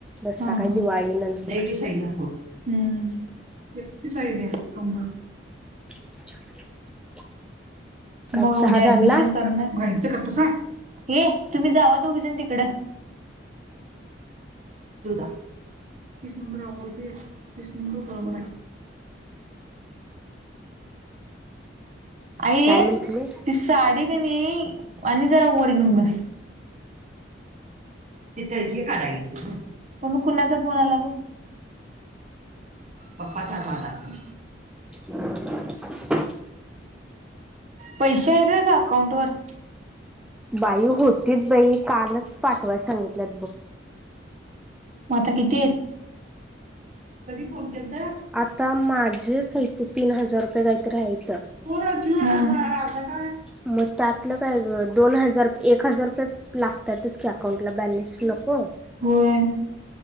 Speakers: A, in the centre; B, on the right.
A: दसरा
B: हा हा.
A: काय दिवाळीनंतर
B: लय बी शाई नको. हम्म एकटी साईड ये अंब
A: <unintelligible> काय
B: मग
A: चहा
B: उद्या
A: झाला
B: ऍडमिशन करणार मं इथं करतोस व्हय हे तुम्ही जावा दोघी जणी तिकड दुधा तीस नंबर आव ते तीस नंबर बरोबर हाय. आणि
A: काय म्हंटलीस
B: तीस साडी क नी आणि जरा वर घेऊन बस तिथ हे काढाय गेलतो हो <unintelligible> कुणाचा फोन आला बघ? पप्पाचाच आला असल
A: <inaudible>
B: पैसे हायेत व्हय ग अकाउंट वर
A: बाई होतीत बाई कालच पाठवाय सांगितल्यात बघ
B: म आता किती येत कधी फोन केलता?
A: आता माझेचं हाईत तीन हजार रुपये कायतर हायत
B: पोर घेऊ आता काय?
A: मग त्यातलं काय ग दोन हजार एक हजार रुपय लागतातच की अकाउंट ला बॅलेन्स नको
B: होय.